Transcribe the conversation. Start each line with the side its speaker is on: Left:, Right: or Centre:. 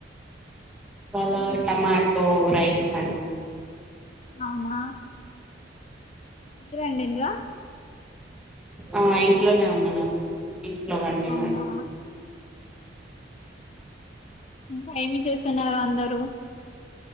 Centre: ఇవాళ టమాటో రైస్ అండి
Left: అవునా మీరండిన్డింలా
Centre: ఆ ఇంట్లోనే ఉన్నాను అండి ఇంట్లో వండినా
Left: అవునా ఇంకా ఏమి చేస్తున్నారు అందరు